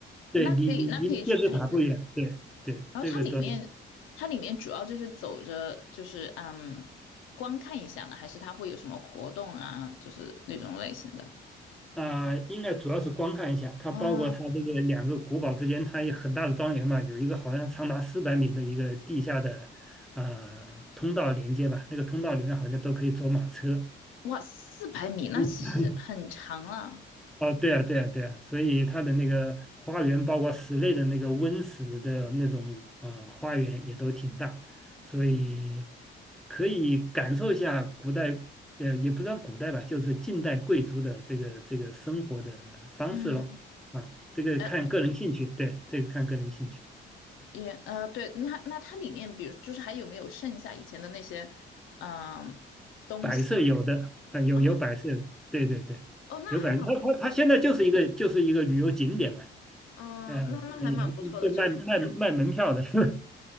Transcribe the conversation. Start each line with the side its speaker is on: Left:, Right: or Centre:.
Centre: 对离离离电视塔不远，
Left: 那可以那可以去看。
Centre: 对对，
Left: 然后它里面，
Centre: 这个都
Left: 它里面主要就是走着，就是嗯，光看一下呢，还是它会有什么活动啊，就是那种类型的。
Centre: 啊、应该主要是观看一下，它包括它这个两个古堡之间，
Left: 嗯，
Centre: 它有很大的庄园嘛，有一个好像长达四百米的一个地下的呃通道连接吧，那个通道里面好像都可以坐马车。
Left: 哇，四百米，那其实很长了。
Centre: <laughs> 哦，对啊，对啊，对啊，所以它的那个花园，包括室内的那个温室的那种呃花园也都挺大，所以可以感受一下古代，呃，也不算古代吧，就是近代贵族的这个这个生活的方式咯。
Left: 嗯，
Centre: 啊，这个看个人兴趣，
Left: 呃
Centre: 对，这个看个人兴趣。
Left: 也呃，对，那那它里面，比如就是还有没有剩下以前的那些，嗯，东西？
Centre: 摆设有的，啊，有有摆设，
Left: 哦
Centre: 对对对，
Left: 哦，那还蛮不错的。
Centre: 有摆设。它它它现在就是一个就是一个旅游景点嘛，
Left: 嗯，
Centre: 呃，呃
Left: 那那还蛮不错的，
Centre: 就卖卖卖门票的，
Left: 就
Centre: <laughs>